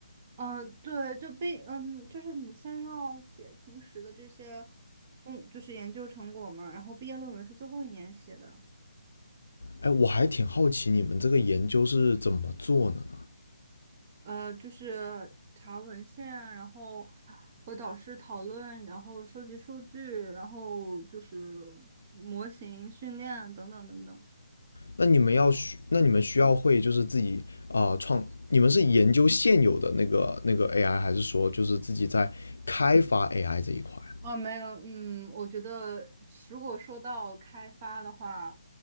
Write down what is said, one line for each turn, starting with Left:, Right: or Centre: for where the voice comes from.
Right: 啊，对，就被嗯，就是你先要写平时的这些，嗯，就是研究成果嘛，然后毕业论文是最后一年写的，
Left: 哎，我还挺好奇你们这个研究是怎么做的呢？
Right: 呃，就是查文献，然后和导师讨论，然后收集数据，然后就是模型训练等等等等。
Left: 那你们要需，那你们需要会就是自己啊、呃创，你们是研究现有的那个那个 AI，还是说就是自己在开发 AI 这一块啊？
Right: 哦，没有，嗯，我觉得如果说到开发的话，